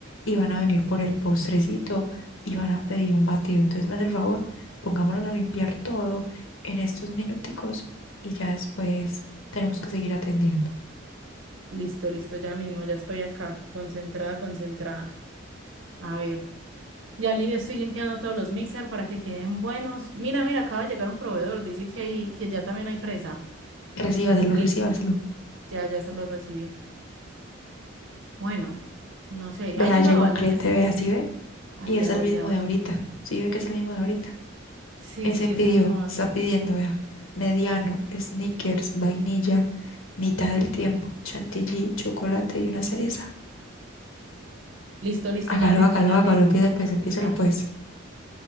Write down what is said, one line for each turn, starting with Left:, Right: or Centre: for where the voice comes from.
Left: y van a venir por el postrecito y van a pedir un batido. Entonces me hace el favor, pongámonos a limpiar todo en estos minuticos y ya después tenemos que seguir atendiendo.
Right: Listo, listo, ya mismo, ya estoy acá, concentrada, concentrada. A ver. Ya li- estoy limpiando todos los mixer para que queden buenos. Mira, mira, acaba de llegar un proveedor. Dice que hay, que ya también hay fresa.
Left: Recíbaselo,
Right: Listo.
Left: recíbaselo.
Right: Ya, ya se lo recibí. Bueno, no sé.
Left: Vea,
Right: ¿Ha llegado
Left: llegó
Right: alguien?
Left: un cliente,
Right: Es-
Left: vea, si ve,
Right: Ah,
Left: y
Right: ya
Left: es el
Right: voy,
Left: mismo
Right: ya voy.
Left: de ahorita. Si ve que es el mismo de ahorita.
Right: Sí,
Left: Ese
Right: sí,
Left: pidió,
Right: esa misma ahorita.
Left: está pidiendo, vea, mediano, Snickers vainilla, mitad del tiempo, chantilly, chocolate y una cereza.
Right: Listo, listo,
Left: Hágalo,
Right: ya mismo,
Left: hágalo,
Right: ya
Left: hágalo,
Right: mismo.
Left: empiece pues, empiécelo
Right: Ya,
Left: pues.